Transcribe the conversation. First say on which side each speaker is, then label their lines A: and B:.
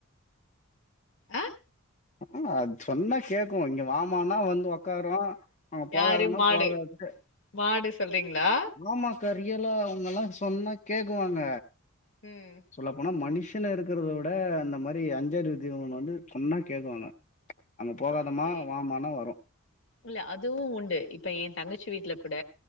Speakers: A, on the left; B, on the left.
A: அ
B: ஆமா அது சொன்னா கேக்கு இங்க வாமானா வந் ஒக்காரு அங்க போகாதன்னா
A: யாரு மாடு
B: போகாது
A: மாடு சொல்றீங்ளா
B: ஆமா கா ரியலா அவங்க எல்லா சொன்னா கேக்குவாங்க
A: ம்
B: சொல்ல போனா மனுஷன் சொல்லப்போன்னா மனுஷன்னா இருக்கிறத விட அந்த மாரி அஞ்சறிவு ஜீவன் வந்து சொன்னா கேக்குவாங்க அங்க போகாதமா
A: ஓகே
B: வாமானா வரு
A: இல்ல அதுவு உண்டு இப்ப எ தங்கச்சி வீட்ல குட